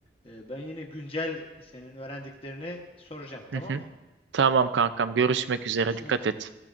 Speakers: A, on the left (about 30°); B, on the right (about 85°).
A: e, ben yine güncel senin öğrendiklerini soracağım, tamam
B: hı hı.
A: mı?
B: Tamam kankam görüşmek üzere
A: Görüşmek
B: dikkat
A: üzere.
B: et.